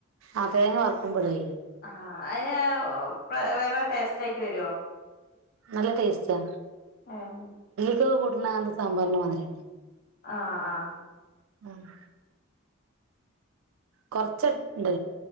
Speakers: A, on the right; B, on the left.
A: അ തേങ്ങ വർക്കുമ്പഴെ
B: ആഹ് അതിന് വേറെ ടേസ്റ്റ് ആയിട്ട് വരുവോ
A: നല്ല ടേസ്റ്റാ
B: ആഹ്
A: <unintelligible> സാമ്പാറിന്റെ മാതിരിയണ്ട്
B: ആഹ് ആഹ്
A: ആഹ് കുറച്ചണ്ട്